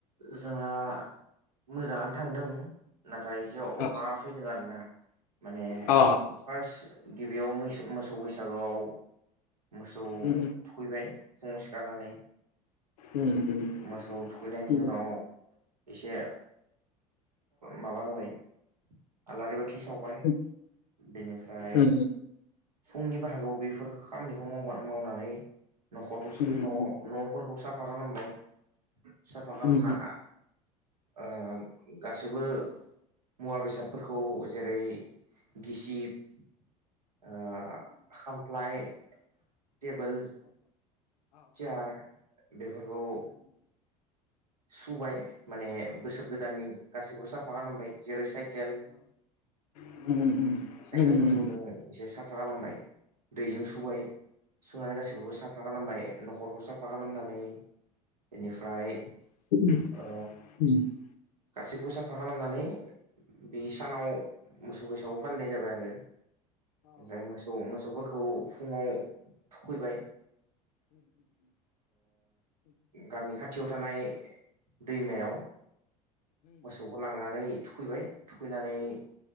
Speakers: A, on the right (about 85°); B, on the left (about 75°).
A: जोंना मोजाङानो थांदों नाथाय अखा
B: अ
A: फैदों आरो ना माने
B: अ
A: फार्स्ट गिबियाव मै मोसौ बैसागोआव मोसौ
B: उम
A: थुखैबाय। फुंआव सिखारानानै।
B: उम।
A: मोसौ थुखैनायनि
B: उम
A: उनाव एसे माबा होबाय आलारि बाथि सावबाय,
B: उम
A: बेनिफ्राय
B: उम
A: फुंनि बाहागोआव बेफोर खामानिखौ माव मावनानै न'खरखौ'
B: उम उम
A: न' फोरखौ साफा खालामबाय। साफा खालामना
B: उम
A: ओ गासैबो मुवा बेसादफोरखौ, जेरै गिसिब ओ खामफ्लाय टेबोल, चेयार, बेफोरखौ सुबाय माने बोसोर गोदाननि गासैखौबो साफा खालामबाय जेरै साइकेल
B: उम।
A: साइकेलफोरखौ जों एसे साफा खालामबाय, दैजों सुबाय सुनानै गासैखौबो साफा साफा खालामबाय न'खरखौ साफा खालामनानै बेनिफ्राय
B: <inaudible>
A: ओ गासैखौबो साफा खालामनानै बे सानाव मोसौ बैसागु फालिनाय जाबाय आरो। ओमफ्राय मोसौ मोसौफोरखौ फुङाव थुखैबाय, गामि खाथियाव थानाय दैमायाव मोसौखौ लांनानै थुखैबाय थुखैनानै